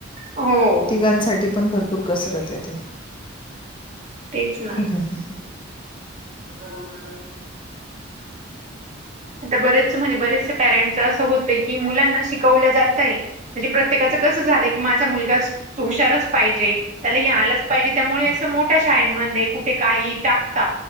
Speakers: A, on the right; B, on the left.
A: हो
B: तिघांसाठी पण भरपूर कसरत आहे ती,
A: तेच
B: ह ह ह
A: ह <inaudible> आता बरेच म्हणजे बरेचसे पॅरेंटच असं होतंय की, मुलांना शिकवलं जातय म्हणजे प्रत्येकाचं कसं झालंय की, माझा मुलगा हुशारच पाहिजे. त्याला हे आलंच पाहिजे त्यामुळे अस
B: बरोबर
A: मो ठ्या शाळे मध्ये कु काय ही टाकता.